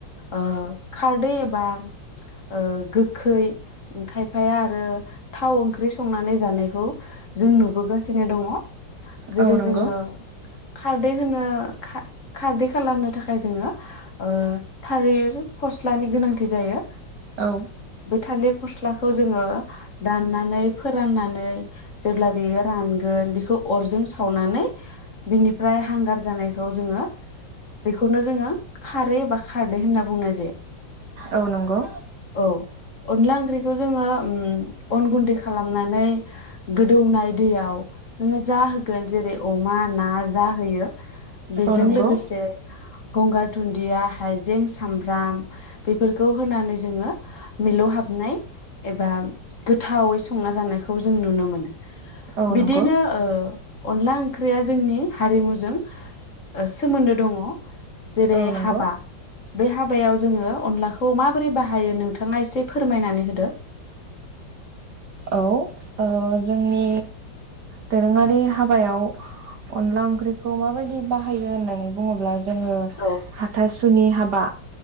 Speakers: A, on the left (about 40°); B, on the right (about 60°).
A: ओ खारदै एबा ओ गोखै ओं खायफाया आरो थाव ओंख्रि संनानै जानायखौ जों नुबोगासिनो दङ जेरै
B: औ नंगौ
A: जोङो खारदै होनो खारदै खालामनो थाखाय जोङो औ थालिर फस्लानि गोनांथि जायो
B: औ
A: बे थालिर फस्लाखौ जोङो दाननानै फोराननानै जेब्ला बियो रानगोन बेखौ अरजों सावनानै बिनिफ्राय हांगार जानायखौ जोङो बेखौनो जोङो खारै एबा खारदै होनना बुंनाय जायो
B: औ नंगौ
A: औ अनला ओंख्रिखौ जोङो ओम अन गुन्दै खालामनानै गोदौनाय दैयाव नोङो जा होगोन जेरै अमा ना जा होयो बेजों
B: औ नंगौ
A: लोगोसे गंगार दुन्दिया हाइजें सामब्राम बेफोरखौ होनानै जोङो मिलौहाबनाय एबा गोथावै संना जानायख खौ जों नुनो मोनो
B: औ
A: बिदिनो
B: नंगौ
A: ओ अनला ओंख्रिया जोंनि हारिमुजों ओसोमोन्दो दङ जेरै
B: औ नंगौ
A: हाबा बे हाबायाव जोङो अनलाखौ माबोरै बाहायो नोंथाङा एसे फोरमायनानै होदो <inaudible>
B: औ ओ जोंनि दोरोङारि हाबायाव अनला ओंख्रिखौ माबायदि बाहायो होननानै बुङोब्ला जोङो
A: औ
B: हाथासुनि हाबा